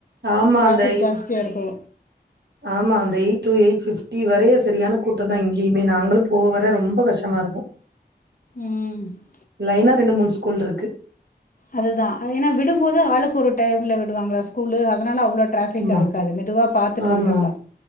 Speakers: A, on the right; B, on the left.
A: ஆமா
B: ட்ரேஃபிக்
A: அந்த
B: ஜாஸ்தியா இருக்கு
A: ஆமா அந்த eight to eight fifty வரைய செரியான கூட்டந்தா இங்கியுமே நாங்களு போவ வர ரொம்ப கஷ்டமா இருக்கு
B: ம்
A: லைன்னா ரெண்டு மூண் ஸ்கூல் இருக்கு
B: அதுதா ஏன்னா விடும்போது ஆளுக்கு ஒரு டைம்ல விடுவாங்களா ஸ்கூலு அதனால அவ்ளோ டிரேஃபிகா
A: ஆமா,
B: இருக்காது மெதுவா பாத்துட்டு
A: ஆமா.
B: வந்துர்லா